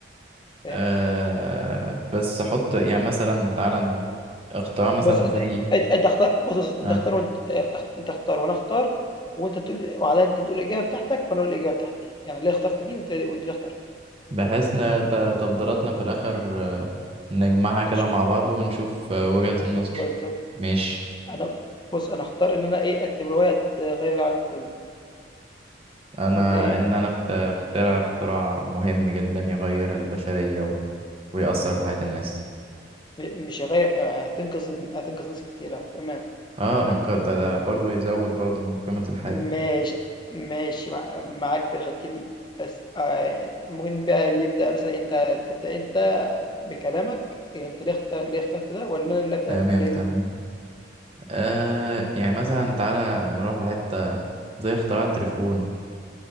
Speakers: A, on the left; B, on the right.
A: فاهم،
B: آه بس حط يعني مثلا تعالى ن- اختراع مثلا
A: بُص أنت
B: زي
A: أنت أنت اختار بُص، بُص
B: آه.
A: أنت اختار وأنت آآ اخت أنت اختار وأنا أختار، وأنت تقول وبعدها أنت تقول الإجابة بتاعتك وأنا أقول الإجابة بتاعتي، يعني ليه اخترت دي وأنت وأنت ليه اخترت دي،
B: بحيث ان ت- تفضيلاتنا في الاخر آه، نجمعها كده
A: هنشوف
B: مع بعض ونشوف آه، وجهة
A: ب
B: النظر
A: بالضبط،
B: ماشي
A: أنا بُص أنا هاختار إن أنا إيه، أكتب رواية تغيّر العالم كلّه،
B: انا
A: وأنت إيه؟
B: ان انا اخت- اخترع اختراع مهم جدا يغير البشرية و- ويأثر في حياة الناس
A: م مش هيغيّر آآ هتنقذ هتنقذ ناس كتيرة، تمام.
B: اه إنك- ده, ده برضو يزود برضو من قيمة الحاجة
A: ماشي ماشي مع- معاك في الحتة دي بس آه ممكن بقى اللي يبدأ مثلا انت تبدأ انت بكلامك إيه انت ليه اختار ليه اخترت ده ولا انا اللي أبدأ
B: تمام
A: بكلامي
B: تمام آه يعني مثلا تعالى نروح لحتة زي اختراع التليفون